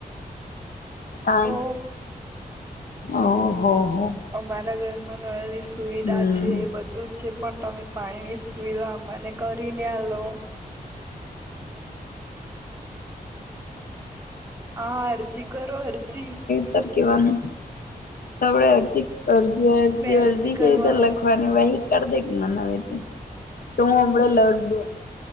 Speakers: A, on the left; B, on the right.
A: કઈ
B: તો
A: ઓહ હો.
B: અમારા ઘરમાં નળની સુવિધા
A: હમ
B: છે એ બધું જ છે. પણ તમે પાણીની સુવિધા મને કરીને આલો. હા અરજી કરો અરજી.
A: ત કેવાનું- તો આપણે અરજી અરજી
B: મેં કરવા
A: <unintelligible> કેવી રીતે
B: આવું
A: લખવાની વળી. કરી દે કે મનેવે તું તો હ હમળે લગ દઉ-